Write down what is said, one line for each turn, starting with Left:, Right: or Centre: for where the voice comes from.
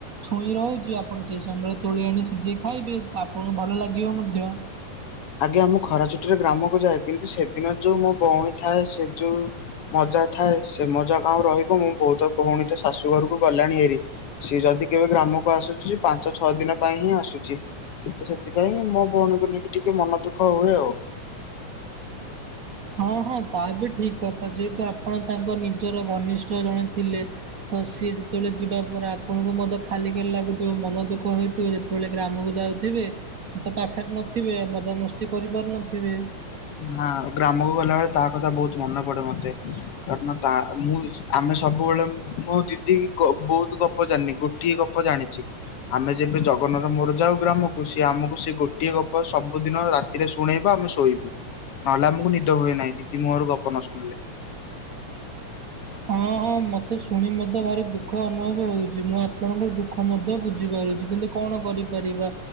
Right: ଛୁଇଁ ରହୁଛି ଆପଣ ସେହି ସମୟରେ ତୋଳି ଆଣି ସିଝେଇ ଖାଇବେ ତ ଆପଣଙ୍କୁ ଭଲ ଲାଗିବ ମଧ୍ୟ।
Left: ଆଜ୍ଞା ମୁଁ ଖରା ଛୁଟିରେ ଗ୍ରାମକୁ ଯାଏ କିନ୍ତୁ ସେଦିନ ଯୋଉ ମୋ ଭଉଣୀ ଥାଏ ସେ ଯୋଉ। ମଜା ଥାଏ ସେ ମଜା କଁ ଆଉ ରହିବ ମୋ ବୋଉ ତ ଭଉଣୀ ତ ଶାଶୁ ଘରକୁ ଗଲାଣି ହେରି। ସିଏ ଯଦି କେବେ ଗ୍ରାମକୁ ଆସୁଛି ସ ପାଞ୍ଚ ଛଅ ଦିନ ପାଇଁ ହିଁ ଆସୁଛି। ତ ସେଥିପାଇଁ ମୋ ଭଉଣୀକୁ ନେଇକି ଟିକେ ମନ ଦୁଃଖ ହୁଏ ଆଉ।
Right: ହଁ ହଁ ତା ବି ଠିକ କଥା ଯେହେତୁ ଆପଣ ତାଙ୍କ ନିଜର ଘନିଷ୍ଠ ଜଣେ ଥିଲେ। ତ ସିଏ ଯେତେବେଳେ ଯିବା ପରେ ଆପଣଙ୍କୁ ମଧ୍ୟ ଖାଲି ଖାଲି ଲାଗୁଥିବ ମନ ଦୁଃଖ ହେଇଥିବ। ଯେତେବେଳେ ଗ୍ରାମକୁ ଯାଉଥିବେ ସେ ତ ପାଖରେ ନଥିବେ ମଜାମସ୍ତି କରି ପାରୁନଥିବେ।
Left: ନା ଗ୍ରାମକୁ ଗଲାବେଳେ ତା କଥା ବହୁତ ମନେ ପଡେ ମତେ। କାରଣ ତା ମୁଁ ଆମେ ସବୁବେଳେ ମୋ ଦିଦି ବହୁତ ଗପ ଜାଣିନି ଗୋଟିଏ ଗପ। ଜାଣିଛି। ଆମେ ଯେବେ ଜଗନ ର ମୋର ଯାଉ ଗ୍ରାମକୁ ସିଏ ଆମକୁ ସେଇ ଗୋଟିଏ ଗପ ସବୁଦିନ ରାତି ରେ ଶୁଣେଇବା ଆମେ ଶୋଇବୁ। ନହେଲେ ଆମକୁ ନିଦ ହୁଏ ନାହିଁ ଦିଦି ମୁହର ଗପ ନ ଶୁଣିଲେ।
Right: ହଁ ହଁ ମୋତେ ଶୁଣି ମଧ୍ୟ ଭାରି ଦୁଃଖ ଅନୁଭବ ହଉଛି ମୁଁ ଆପଣଙ୍କ ଦୁଃଖ ମଧ୍ୟ ବୁଝିପାରୁଛି କିନ୍ତୁ। କଣ କରି ପାରିବା।